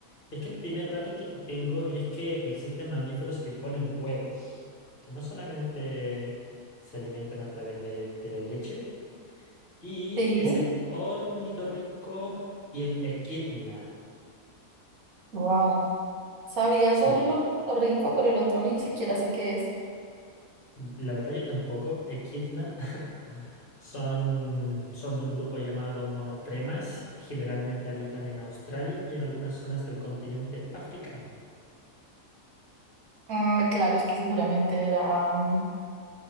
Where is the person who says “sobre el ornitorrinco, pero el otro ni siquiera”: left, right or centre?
Right